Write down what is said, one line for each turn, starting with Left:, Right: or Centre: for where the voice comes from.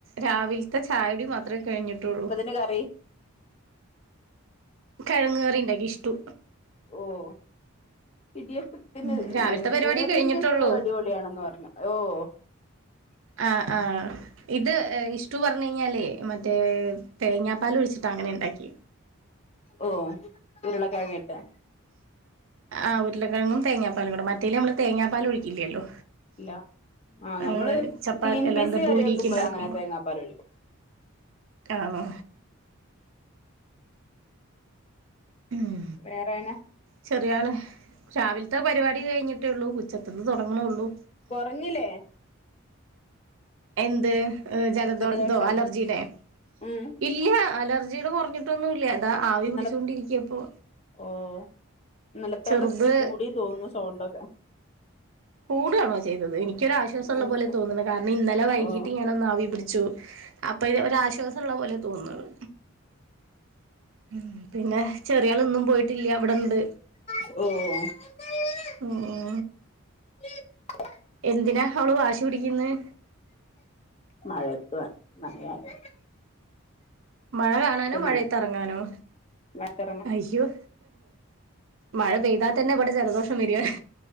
Right: രാവിൽത്തെ ചായുടി മാത്രേ കഴിഞ്ഞിട്ടുള്ളൂ
Left: ന്നാ കറി
Right: കിഴങ്ങ് കറിണ്ടാക്കി ഇഷ്ടു
Left: ഓഹ് ഇടിയപ്പ ത്തിന്
Right: ഉം രാവിലത്തെ പരിപാടി
Left: പൂരിക്ക്
Right: കഴിഞ്ഞിട്ടുള്ളൂ
Left: ഇഷ്ടു അടിപൊളിയാണെന്ന് പറഞ്ഞു ഓഹ്
Right: ആഹ് ആഹ് ഇത് ഇഷ്ടു പറഞ്ഞ് കഴിഞ്ഞാലേ മറ്റേ തേങ്ങാപ്പാൽ ഒഴിച്ചിട്ട് അങ്ങനെ ഉണ്ടാക്കി
Left: ഓ ഉരുളക്കിഴങ്ങ്ട്ട്
Right: ആഹ് ഉരുളക്കെിഴങ്ങും തേങ്ങാപ്പാലും കൂ മറ്റേല നമ്മള് തേങ്ങാപ്പാല് ഒഴിക്കില്ലല്ലോ
Left: ഇല്ല ആ
Right: ഏഹ്
Left: നമ്മള്
Right: ചപ്പാ
Left: ഗ്രീൻ
Right: എല്ലാംന്താ
Left: പീസ് കറി
Right: ഭൂരിക്ക്
Left: വെക്കുമ്പോ
Right: ഇണ്ടാക്കുമ്പോ
Left: അങ്ങനെ തേങ്ങാപ്പാൽ ഒഴിക്കും
Right: ആണോ ഉം
Left: വേറെനാ
Right: ചെറിയ ആള് രാവിലത്തെ പരിപാടി കഴിഞ്ഞിട്ടേ ഉള്ളൂ ഉച്ചക്കത്തി തുടങ്ങണള്ളൂ
Left: കുറഞ്ഞില്ലേ
Right: എന്ത് ജലദോ
Left: ജലദോഷം
Right: ഇതോ അലർജിയുടെെ
Left: ഉം
Right: ഇല്ല അലർജിയുടെ കുറഞ്ഞിട്ടൊന്നും ഇല്ല ഇതാ ആവി
Left: ഇന്നലെ
Right: പിടിച്ചുകൊണ്ടിരിക്കയപ്പോ.
Left: ഓ ഇനലത്താണ്
Right: ചെറുത്
Left: ഇത്തിരി കൂടിയ തോന്നുന്നു സൈണ്ടൊക്കെ
Right: കൂടണോ ചെയ്തത് എനിക്കൊരു ആശ്വാസം ഉള്ള
Left: എനിക്ക്
Right: പോലെ തോന്നുന്നു കാരണം ഇന്നലെ വൈകീട്ട്
Left: ഓ
Right: ഞാന് ഒന്ന് ആവി പിടിച്ചു അപ്പൊ ഇത് ഒരാശ്വാസം ഉള്ള പോലെ തോന്നണ് ഉം പിന്നെ ചെറിയാള് ഇന്നും പോയിട്ടില്ല അവിടെണ്ട്.
Left: ഓഹ്
Right: ഉം ഉം
Left: <inaudible>
Right: എന്തിനാ അവള് വാശി പിടിക്കുന്നത്
Left: മഴ <unintelligible>
Right: മഴ കാണാനോ മഴയത്ത്റങ്ങാനോ
Left: നന വത്തിറങ്ങും
Right: അയ്യോ മഴ പെയ്താൽ തന്നെ ഇവിടെ ജലദോഷം വരണ്